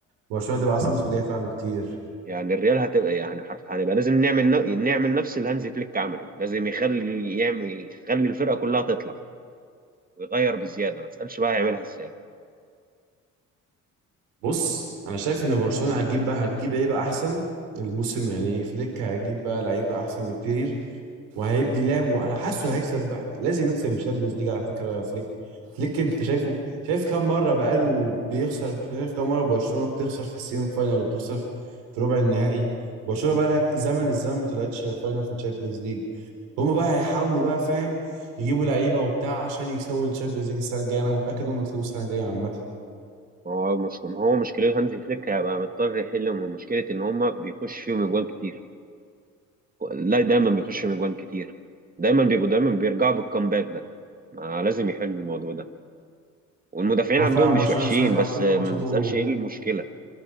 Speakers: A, on the right (about 75°); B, on the right (about 20°).
A: برشلونه تبقى احسن موسم جاي فعلا بكتير
B: يعني الريال هتبقى يعني حرف هنبقى لازم نعمل ن- نعمل نفس اللي هانزي فليك عمله لازم يخلي يعمل يخلي الفرقه كلها تطلع ويغير بزياده ما تسالش بقى يعملها ازاي
A: بص انا شايف ان برشلونه هتجيب بقى هتجيب لعيبه احسن الموسم يعني فليك هيجيب بقى لعيبه احسن بكتير وهيبدي لعب وانا حاسه هيكسب بقى لازم يكسب الشامبيونز ليج على فكره فليك فليك انت شايفه شايف كام مره بقاله بيخسر شايف كام مره برشلونه بتخسر في السيمي فاينال وبتخسر في ربع النهائي برشلونه بقى لها زمن الزمن ما طلعتش فاينال في الشامبيونز ليج هما بقى هيحاولوا بقى فاهم يجيبوا لعيبه وبتاع عشان يكسبوا الشامبيونز ليج السنه الجايه انا متاكد ان هم يكسبوا السنه الجايه عامه
B: هو مش ما هو مشكله هانزي فليك هيبقى مضطر يحل من مشكله ان هما بيخش فيهم اجوان كتير لا دايما بيخش فيهم اجوان كتير دايما بيبقوا دايما بيرجعوا بالكامباك ده ما لازم يحل الموضوع ده والمدافعين
A: هو
B: عندهم
A: فعلا
B: مش
A: برشلونه
B: وحشين
A: صراحة فعلا
B: بس
A: كل
B: ما
A: ماتشاته
B: ما تسالش ايه المشكله